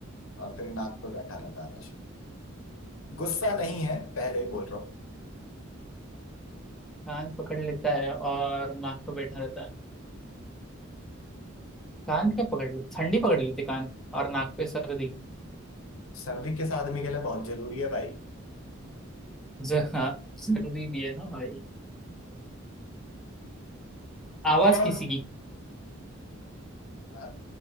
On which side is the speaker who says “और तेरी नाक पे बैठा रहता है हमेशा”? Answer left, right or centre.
Left